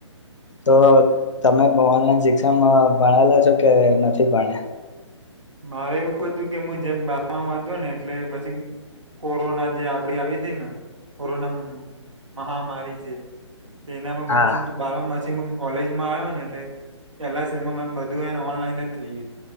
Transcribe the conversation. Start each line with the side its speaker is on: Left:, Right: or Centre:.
Left: તો તમે ઓનલાઈન શિક્ષણ ભણેલા છો કે નથી ભણ્યા
Right: મારે એવું હતું કે હું જેમ બાર હતો ને એટલે પછી કોરોના જે આપડી આવી હતી ને કોરોના મહામારી છે તેનામાં
Left: હા હા
Right: નથી બાર પી હું કોલેજમાં આવ્યો ને એટલે પેલા સેમાં બધું એને ઓનલાઈન જ થઈ ગય